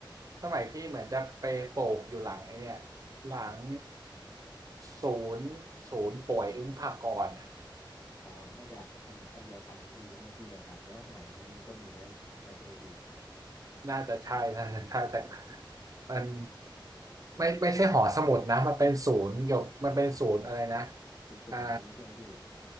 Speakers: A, on the right; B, on the left.
A: สมัยพี่เหมือนจะไปโปกอยู่หลังไอ้เนี่ยหลังศูนย์ศูนย์ป่วยอึ้งภากรน่ะ
B: อ๋อน่าจะอันอันเดียวกันพี่แน่ที่เดียวกันแปลว่าสมัยนั้นมันก็มีแล้วแล้วใช่ไหมพี่
A: น่าจะใช่น่าจะใช่แต่มันไม่ไม่ใช่หอสมุดนะมันเป็นศูนย์เกี่ยวมันเป็นศูนย์อะไรนะ
B: สืบสวนอะไรอ่งนี้ใช่ไหมพี่
A: อ่า